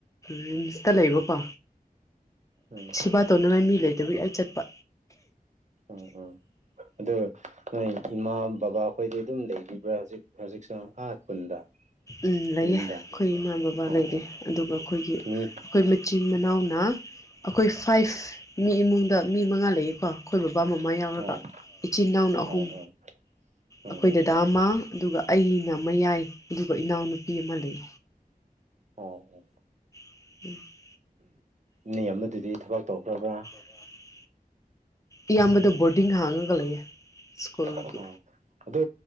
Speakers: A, on the left (about 20°); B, on the right (about 50°).
A: ꯔꯤꯝꯁꯇ ꯂꯩꯕꯀꯣ
B: ꯎꯝ
A: ꯁꯤꯕꯥ ꯇꯧꯅꯉꯥꯏ ꯃꯤ ꯂꯩꯇꯕꯒꯤ ꯑꯩ ꯆꯠꯄ
B: ꯎꯝ ꯎꯝ ꯑꯗꯣ ꯅꯣꯏ ꯏꯃꯥ ꯕꯕꯥ ꯑꯩꯈꯣꯏꯗꯤ ꯑꯗꯨꯝ ꯂꯩꯔꯤꯕ꯭ꯔꯥ ꯍꯧꯖꯤꯛ ꯍꯧꯖꯤꯛ ꯁꫭ ꯑꯥ꯫ ꯈꯨꯟꯗ
A: ꯎꯝ ꯂꯩꯌꯦ
B: ꯌꯨꯝꯗ
A: ꯑꯩꯈꯣꯏ ꯏꯃꯥ ꯕꯕꯥ
B: ꯑꯣ
A: ꯂꯩꯔꯤ
B: ꯑꯣ
A: ꯑꯗꯨꯒ ꯑꯩꯈꯣꯏꯒꯤ
B: ꯃꯤ
A: ꯈꫭꯏ ꯃꯆꯤꯟ ꯃꯅꯥꯎꯅ ꯑꯩꯈꯣꯏ ꯐꯥꯏꯚ ꯃꯤ ꯏꯃꯨꯡꯗ ꯃꯤ ꯃꯉꯥ ꯂꯩꯌꯦꯀꯣ ꯑꯩꯈꯣꯏ ꯕꯕꯥ ꯃꯃꯥ ꯌꯥꯎꯔꯒ
B: ꯑꯣ
A: ꯏꯆꯤꯟ ꯏꯅꯥꯎꯅ
B: ꯑꯣ
A: ꯑꯍꯨꯝ
B: ꯑꯣ ꯑꯣ
A: ꯑꯈꯣꯏ ꯗꯗꯥ ꯑꯃ ꯑꯗꯨꯒ ꯑꯩꯅ꯫ ꯃꯌꯥꯏ ꯑꯗꯨꯒ ꯏꯅꯥꯎꯅꯨꯄꯤ ꯑꯃ ꯂꯩ
B: ꯑꫭ
A: <unintelligible>
B: ꯅ ꯑꯃꯗꯨꯗꯤ ꯊꯕꯛ ꯇꯧꯈ꯭ꯔꯕ꯭ꯔꯥ
A: <inaudible> ꯏꯌꯥꯝꯕꯗꫭ ꯕꯣꯔꯗꯤꯡ ꯍꯥꯡꯉꯒ ꯂꯩꯌꯦ ꯏꯁ꯭ꯀꯨꯜꯒꯤ꯫
B: ꯑꯥ ꯑꯗꯨ